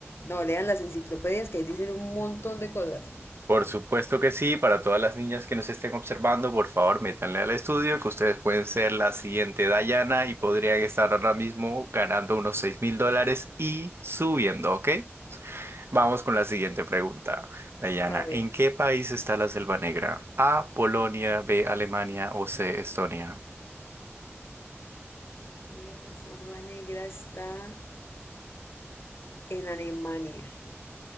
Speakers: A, on the left; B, on the right.
A: no, lean las enciclopedias que dicen un montón de cosas.
B: por supuesto que sí. Para todas las niñas que nos estén observando, por favor, métanle al estudio que ustedes pueden ser la siguiente Dayana y podrían estar ahora mismo ganando unos seis mil dólares y subiendo, ¿ok? Vamos con la siguiente pregunta. Dayana,
A: A ver.
B: ¿en qué país está la Selva Negra? A, Polonia, B, Alemania o C, Estonia.
A: La selva negra está en Alemania.